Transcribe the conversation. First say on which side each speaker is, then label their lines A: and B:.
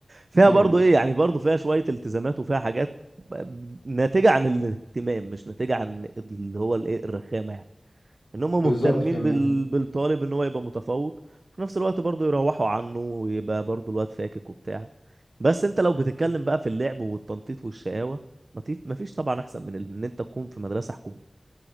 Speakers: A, on the right; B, on the left.
A: فيها
B: ايوه
A: برضه ايه يعني برضه فيها شويه التزامات وفيها حاجات ب- ناتجه عن الاهتمام مش ناتجه عن اللي هو الايه الرخامه يعني ان هم
B: بالظبط
A: مهتمين
B: فعلا
A: بال... بالطالب ان هو يبقى متفوق وفي نفس الوقت برضه يروحوا عنه ويبقى برضه الواد فاكك وبتاع بس انت لو بتتكلم بقى في اللعب والتنطيط والشقاوة مطيف... مفيش طبعا احسن من ال- ان انت تكون في مدرسة حكومة